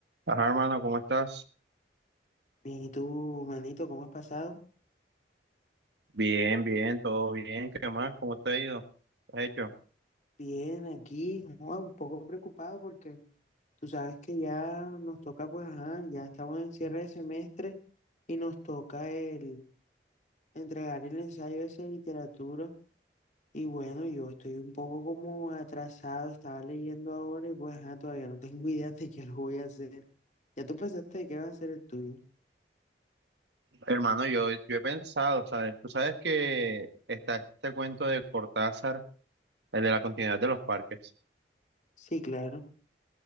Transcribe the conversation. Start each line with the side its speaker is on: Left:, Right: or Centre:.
Right: Ajá, hermano, ¿cómo estás?
Left: Bien, Y tú, manito, ¿cómo has pasado?
Right: Bien, bien, todo bien. ¿Qué más? ¿Cómo te ha ido? ¿Qué has hecho?
Left: Bien, aquí, joa, un poco preocupado porque tú sabes que ya nos toca, pues, ajá, ya estamos en cierre de semestre y nos toca el entregar el ensayo ese de literatura. Y bueno, yo estoy un poco como atrasado, estaba leyendo ahora y pues, ajá, todavía no tengo <laughs> idea de qué lo voy a hacer. ¿Ya tú pensaste de qué va a ser el tuyo?
Right: Hermano, yo, yo he pensado, ¿sabes? Tú sabes que está este cuento de Cortázar, el de la continuidad de los parques.
Left: Sí, claro.